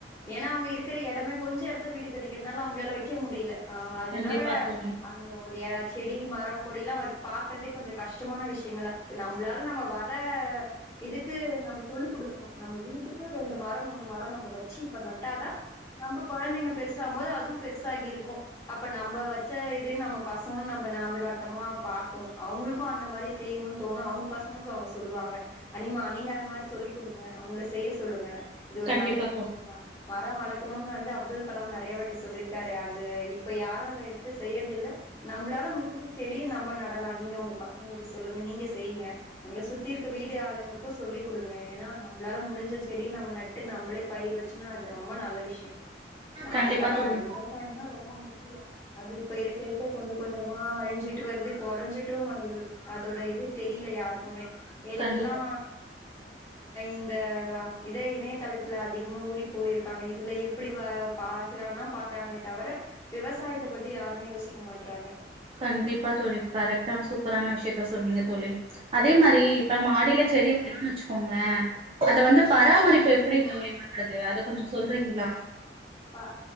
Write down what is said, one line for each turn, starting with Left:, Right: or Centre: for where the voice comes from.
Left: ஏனா அவங்க இருக்கற எடமே கொஞ்சோ எடத்துல வீடு கட்டிக்கிறனால அவங்களால வெக்க முடில அ அதனால
Right: கண்டிப்பா தோழி
Left: அந்த ஒரு இல செடி மரம் கொடி எல்லா வெக் பாக்குறதே கொஞ்ச கஷ்டமான விஷயங்களா இப்ப நம்ளால நம்ம வர அ இதுக்கு நம்ம சொல்லி் குடுக்கணு நம்ம வீட்டுக்கு ரெண்டு மரம் மூணு மரம் நம்ம வச்சி இப்ப நட்டாதா நம்ப கொழந்தைங்க பெருசாம் மோது அதுவு பெருசாகி இருக்கோ அப்ப நம்ப வச்ச இ தென் நம்ம பசங்கோ நம்ப ஞாபகார்த்தமா பாக்கோ அவங்ளுக்கோ அந்த மாரி செய்ணோனு தோணு அவங்க பசங்களுக்கு அவங்க சொல்லுவாங்க அனிமா நீங்க அந்த மாரி சொல்லி் குடுங்க அவங்கள செய்ய சொல்லுங்க இது ஒரு
Right: கண்டிப்பா
Left: நல்ல விஷயம்
Right: தோழி
Left: தா மரம் வளர்க்கணும்னு வந்து அப்துல் கலாம் நிறைய வாட்டி சொல்லியிருக்காரு அது இப்ப யாரு அத எடுத்து செய்யறது இல்லை நம்பளால முடிஞ்ச செடியு நம்ப நடலா நீங்க உங்க பசங்களுக்கு சொல்லுங்க நீங்க செய்ங்க உங்களை சுத்தி இருக்க வீடு ஆளுங்களுக்கு சொல்லி் குடுங்க ஏனா நம்மளால முடிஞ்ச செடிய நம்ம நட் ட்டு நம்பளே பயிர் வச்சுன்னா அது ரொம்ப நல்ல விஷ்யோ நம்ளுக்கு
Right: கண்டிப்பா
Left: அ
Right: தோழி
Left: விவசாயம்னா ரொம்ப முக்கியோ அது இப்ப இருக்க இருக்க கொஞ்ச கொஞ்சமா அழிஞ்சிட்டு வருது குறைஞ்சிட்டு வருது அதோட இது தெரில யாருக்குமே எல்லா
Right: கண்டிப்பா
Left: இந்த இதே இணைய தளத்துல அதிக் அதிகமா ஊறி போயிருக்காங்க இதுல எப்படி வ பாக்கலா தா பாக்குறாங்களே தவிர விவசாயத்த பத்தி யாருமே யோசிக்க மாட்றாங்க
Right: கண்டிப்பா தோழி கரெக்டா சூப்பரான விஷயத்த சொன்னீங்க தோழி அதே மாரி ப்ப மாடில
Left: ஆமா
Right: செடி வைக்கறோன்னு வச்சுக்கோங்களே அத வந்து பராமரிப்பு இப்ப எப்டி
Left: ம்
Right: தோழி பண்றது அத கொஞ்ச சொல்றீங்களா
Left: ப